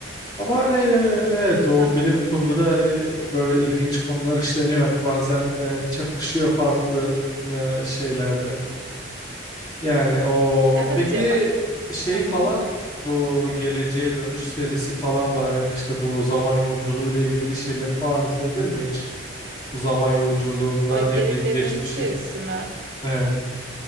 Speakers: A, on the left; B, on the right.
A: Ama hani e, evet o
B: Haha.
A: bilim kurguda hani e, böyle ilginç konular işleniyor. Hani bazen e, çakışıyor farklı e, şeylerde. Yani o
B: Evet
A: peki
B: ya bak.
A: şey
B: Haha.
A: falan bu Geleceğe Dönüş serisi falan var yani işte bu zaman yolculuğuyla ilgili şeyleri falan izledin mi hiç? Bu zaman yolculuğunda
B: Ay
A: ne
B: Geleceğe
A: bileyim geçmişi.
B: Dönüş serisi mi?
A: Evet.